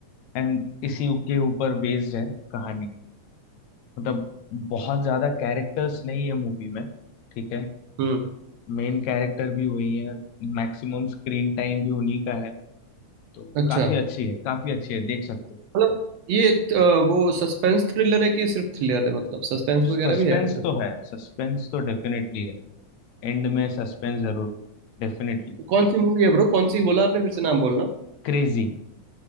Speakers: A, on the left; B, on the right.
A: एंड इसी के ऊपर बेस्ड है कहानी मतलब बहुत ज्यादा कैरेक्टर्स नहीं है मूवी में ठीक है
B: हम्म
A: मेन कैरेक्टर भी वही है मैक्सिमम स्क्रीन टाइम भी उन्हीं का है तो
B: अच्छा
A: काफी अच्छी है काफी अच्छी है देख सकते हो
B: मतलब ये अ, वो सस्पेंस थ्रिलर है कि सिर्फ थ्रिलर है मतलब सस्पेंस
A: सस्पेंस
B: वगैरह भी है कुछ उसमें
A: तो है सस्पेंस तो डेफिनेटली है एंड में सस्पेंस जरूर डेफिनेटली है
B: कौन सी मूवी है ब्रो कौन सी बोला आपने फिर से नाम बोलना
A: क्रेजी